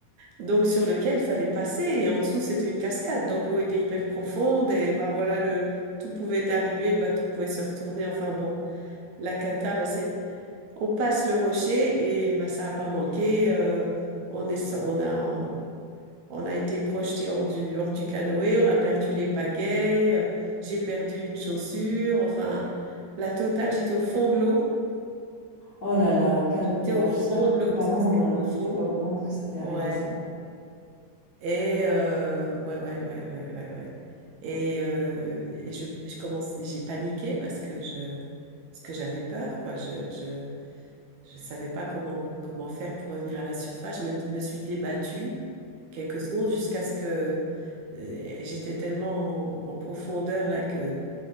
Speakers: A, on the right; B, on the left.
A: donc sur lequel il fallait passer et en dessous c'était une cascade donc l'eau était hyper profonde et ben voilà le tout pouvait arriver le bateau pouvait se retourner enfin bon la cata ben, c'est on passe le rocher et ben ça a pas manqué euh, on est so-, on a on a été projeté hors du hors du canoë on a perdu les pagaies euh, j'ai perdu une chaussure enfin la totale j'étais au fond de l'eau
B: Oh là là, quelle
A: j'étais
B: peur.
A: au fond
B: J'espère que
A: de l'eau
B: tes parents
A: parce que c'était profond
B: euh, n'étaient pas au courant que ça t'est
A: ouais
B: arrivé, ça.
A: Et euh, ouais, ouais, ouais, ouais, ouais, ouais. Et, euh, et je, je commence, j'ai paniqué parce que je, parce que j'avais peur, quoi. Je, je, je savais pas comment, comment faire pour revenir à la surface. Je me, me suis débattue quelques secondes jusqu'à ce que euh, j'étais tellement en, en profondeur là que